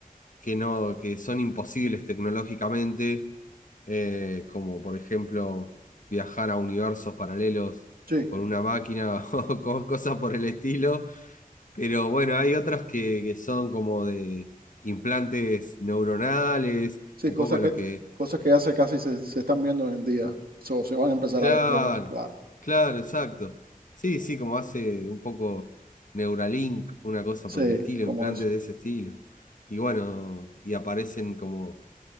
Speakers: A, on the left; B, on the right.
A: que no, que son imposibles tecnológicamente, eh, como por ejemplo viajar a universos paralelos
B: Sí,
A: con una máquina <laughs> o co- cosas por el estilo. Pero bueno, hay otros que, que son como de implantes neuronales,
B: sí,
A: un
B: cosas
A: poco los
B: que,
A: que
B: cosas que hace casi se, se están viendo hoy en día, so, se van a empezar
A: Claro,
B: a ver pronto, claro.
A: claro, exacto. Sí, sí, como hace un poco Neuralink, una cosa
B: Sí,
A: por el estilo,
B: como
A: implantes
B: eso.
A: de ese estilo. Y bueno, y aparecen como